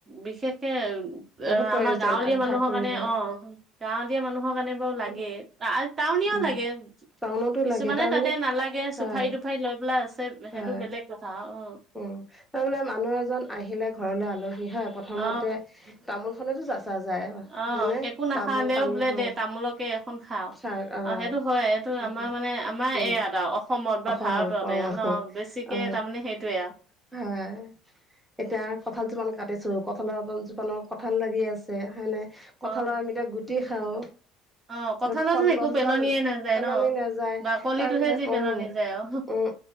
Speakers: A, on the right; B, in the centre.
A: বিশেষকে এ
B: বহুত প্ৰয়োজন
A: আমাৰ গাঁৱলীয়া
B: আগভাগ
A: মানুহৰ
B: কৰিব
A: কাৰণে অ। গাঁৱলীয়া মানুহৰ কাৰণে বাৰু লাগে
B: উম
A: টা টাউনিয়াও
B: উম
A: লাগে।
B: টাউনতো
A: কিছুমানে
B: লাগে তাৰমানে
A: তাতে নালাগে
B: হয়
A: চুফাৰি তুফাৰি লৈ পেলা আছে
B: হয়
A: সেইটো বেলেগ কথা অ।
B: উম তাৰমানে মানুহ এজন আহিলে ঘৰলে আলহী হয়। প্ৰথমতে
A: অ
B: তামোল খনেতো যাচা যায়
A: অ
B: হয়নে
A: একো নাখালেও
B: তামোল পানী
A: বোলে
B: হ
A: দে তামোলকে। খন খাও
B: চাহ আহ
A: আৰু সেইটো হয় সেইটো
B: সেইটোৱে
A: আমাৰ মানে আমাৰ
B: উম
A: এয়াত আও অসমত
B: অসমৰ
A: বা ভাৰততে
B: পৰম
A: আও ন। বেছিকে
B: অ
A: তাৰমানে সেইটোয়ে আৰু।
B: <unintelligible> এতিয়া কঁঠাল জোপাল কাটিছিলো কঁঠালৰ জোপানৰ কঁঠাল লাগি আছে হয় নে।
A: অ',
B: কঁঠালৰ আমি এতিয়া গুটি খাওঁ।
A: অ কঁঠালতো
B: ফল
A: একো
B: গছডাল
A: পেলনিয়ে নাযায়
B: পেলনি
A: ন
B: নাযায়
A: বাকলিটোহে
B: তাৰমানে
A: যি
B: উম
A: পেলনি যায় অ।
B: উম